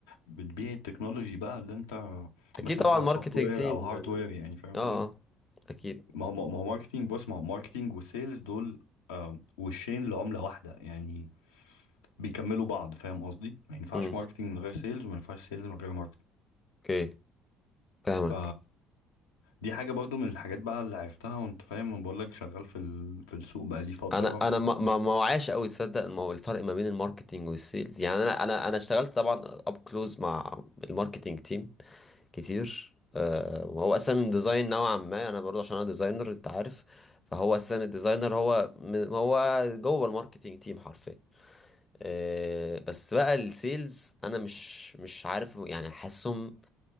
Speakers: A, on the left (about 85°); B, on the left (about 25°).
A: بتبيع التكنولوجي بقى اللي انت
B: اكيد
A: مثلا
B: طبعا
A: سواء
B: ماركتنج
A: سوفت وير
B: تيم
A: او هارد
B: يعني
A: وير يعني فاهم
B: اه آه، اكيد
A: ما هو ما هو ماركتينج بص ما هو ماركتينج وسيلز دول آم، وشين لعملة واحدة يعني بيكملوا بعض فاهم قصدي ما ينفعش
B: امم
A: ماركتينج من غير سيلز وما ينفعش سيلز من غير ماركتينج
B: اوكي فاهمك
A: ف دي حاجة برضو من الحاجات بقى اللي عرفتها وانت فاهم انا بقول لك شغال في ال... في السوق بقالي فترة
B: انا
A: ف
B: انا ما ما ما وعاش قوي تصدق المو- الفرق ما بين الماركتنج والسيلز يعني انا انا انا اشتغلت طبعا اب كلوز مع الماركتنج تيم كتير آه، وهو اصلا ديزاين نوعا ما انا برضه عشان انا ديزاينر انت عارف فهو اصلا الديزاينر هو م- هو جوه الماركتينج تيم حرفيا آه، بس بقى السيلز انا مش مش عارف يعني حاسسهم